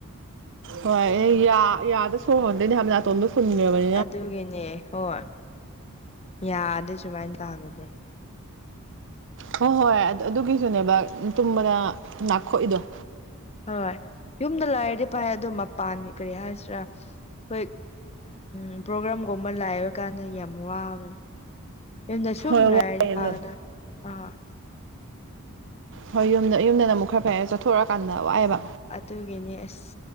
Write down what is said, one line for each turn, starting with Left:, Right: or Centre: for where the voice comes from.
Right: ꯍꯣꯏ ꯌꯥ ꯌꯥꯗ ꯁꯣꯔ ꯍꯣꯟꯗꯣꯏꯅꯦ ꯍꯥꯏꯕ ꯅꯥꯇꯣꯟꯗꯣ ꯐꯨꯟꯒ꯭ꯔꯥꯕꯅꯦ
Left: ꯑꯗꯨꯒꯤꯅꯦ ꯍꯣꯏ ꯌꯥꯗ ꯁꯨꯃꯥꯏꯅ ꯇꯥꯒꯤꯕꯗꯣ
Right: ꯍꯣꯏ ꯍꯣꯏ ꯑꯗꯨꯒꯤꯖꯨꯅꯦꯕ ꯇꯨꯝꯕꯅ ꯅꯈꯣꯛꯏꯗꯣ
Left: ꯍꯣꯏ ꯌꯨꯝꯗ ꯂꯩꯔꯗꯤ ꯐꯥꯏ ꯑꯗꯨ ꯃꯄꯥꯟ ꯀꯔꯤ ꯍꯥꯏꯁꯤꯔ ꯈꯣꯏ ꯎꯝ ꯄ꯭ꯔꯣꯒ꯭ꯔꯥꯝꯒꯨꯝꯕ ꯂꯥꯛꯕ ꯀꯥꯟꯗ ꯌꯥꯝ ꯋꯥꯕꯅꯦ ꯌꯨꯝꯗ ꯁꯨꯝ
Right: ꯍꯣꯏ
Left: ꯂꯩꯔꯗꯤ
Right: ꯋꯥꯏꯌꯦ
Left: ꯄꯥꯒꯗ
Right: ꯑꯗꯨꯝ
Left: ꯑꯥ
Right: ꯍꯣꯏ ꯌꯨꯝꯗ ꯌꯨꯝꯗꯅ ꯑꯃꯨꯛ ꯈꯔ ꯐꯩ ꯆꯠꯊꯣꯔꯛꯑꯀꯥꯟꯗ ꯋꯥꯥꯛꯌꯦꯕ
Left: ꯑꯗꯨꯒꯤꯅꯦ ꯑꯁ